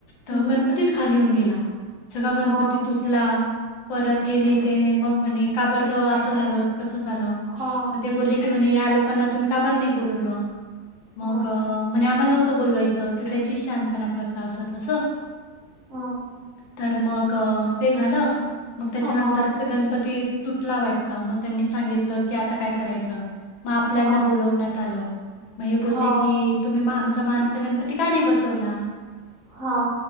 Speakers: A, on the left (about 85°); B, on the right (about 55°).
A: तर
B: हं,
A: गणपतीचं खाली येऊन गेला. सगळा गणपती
B: हां,
A: तुटला. परत हेन तेन मग. म्हणे का बर असं झाल? कसं झालं?
B: हां
A: मग ते बोलले की म्हणे या लोकांना तुम्ही का बरं नाही बोलवलं? मग,
B: हां,
A: म्हणे आम्हाला नव्हतं बोलवायचं. त्यांची शानपणा करता अस तसं.
B: हां,
A: तर मग ते झालं. मग त्याच्यानंतर
B: हां,
A: गणपती तुटला वाटत. मग त्यांनी सांगितलं की आता काय करायचं? मग आपल्याना
B: हां, हां,
A: बोलवण्यात आलं. मग हे बोलले
B: हां,
A: की- तुम्ही म आमचा मानाचा गणपती का नाही बसवला?
B: हां